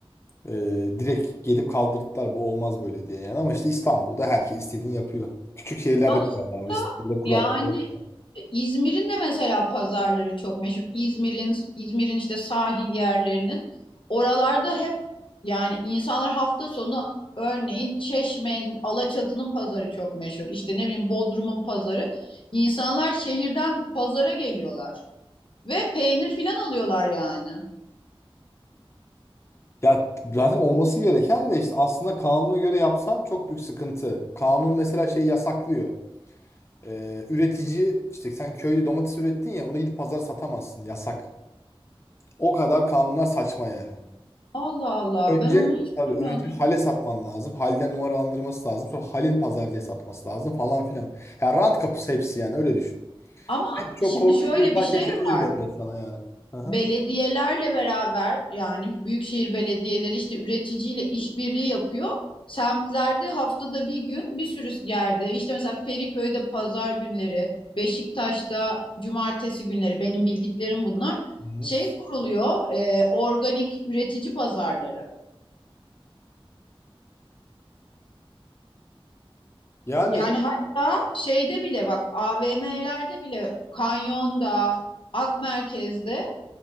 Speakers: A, on the left (about 30°); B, on the left (about 60°).
A: Ee, direkt gelip kaldırdılar bu olmaz böyle diye yani. Ama işte İstanbul'da herkes istediğini yapıyor. Küçük şehirlerde
B: Aslında
A: kurallar var. İstanbul'da kural.
B: yani
A: yok.
B: İzmir'in de mesela pazarları çok meşhur. İzmir'in İzmir'in işte sahil yerlerinin oralarda hep yani insanlar hafta sonu örneğin Çeşme'nin Alaçatı'nın pazarı çok meşhur. İşte ne bileyim Bodrum'un pazarı. İnsanlar şehirden pazara geliyorlar ve peynir filan alıyorlar yani.
A: Ya zaten olması gereken de işte aslında kanuna göre yapsan çok büyük sıkıntı. Kanun mesela şey yasaklıyor. Ee, üretici işte sen köyde domates ürettin ya onu gidip pazara satamazsın. Yasak. O kadar kanunlar saçma yani.
B: Allah Allah
A: Önce
B: ben onu hiç
A: tabii
B: bilmiyordum.
A: önce hale satman lazım. Halden numaralandırması lazım. Sonra halin pazar diye satması lazım falan filan. Ya rant kapısı hepsi yani öyle düşün.
B: Ama
A: En çok
B: şimdi
A: korkunç
B: şöyle
A: bir fark
B: bir şey
A: kesebilir
B: var.
A: demek sana yani. Hı hı.
B: belediyelerle beraber yani büyükşehir belediyeleri işte üreticiyle işbirliği yapıyor. Semtlerde haftada bir gün bir sürü yerde işte mesela Feriköy'de pazar günleri, Beşiktaş'ta cumartesi günleri benim bildiklerim bunlar.
A: hı
B: Şey kuruluyor e, organik üretici pazarları.
A: Yani
B: Yani hatta şeyde bile bak AVM'lerde bile Kanyon'da, Akmerkez'de